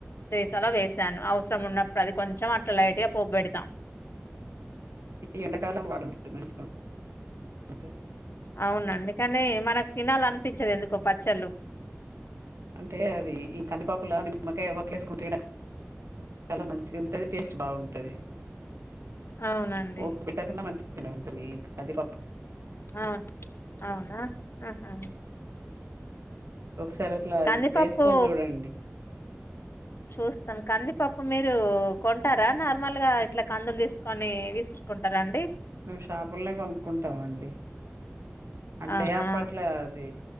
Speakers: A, on the left (about 60°); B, on the right (about 80°).
A: సీసలో వేశాను అవసరం ఉన్నప్ డు అది కొంచెం అట్లా లైట్ గా పోప్పు పెడతాం.
B: ఈ ఎండాకాలం వాడుంటారు మంచిగా <unintelligible>
A: అవును అందుకనే మనకు తినాలనిపించదు ఎందుకో పచ్చళ్ళు
B: అంటే అది ఈ కందిపప్పులో నిమ్మకాయ <inaudible> చాలా మంచిగా ఉంటది టేస్ట్ బాగుంటది.
A: అవునండి
B: పోపు <unintelligible> ఉంటది ఇంక కంది పప్
A: అవును అవునా అహా
B: ఒకసారి అట్లా
A: కందిపప్పు
B: వేసుకొని చూడండి
A: చూస్తాం కందిపప్పు మీరు కొంటారా నార్మల్ గా ఇట్లా కందులు తీసుకొని విసురుకుంటారా అండి?
B: మేము షాపుల్ నే కొనుక్కుంటామండి. అంటే
A: అవునా
B: అప్పట్లో అది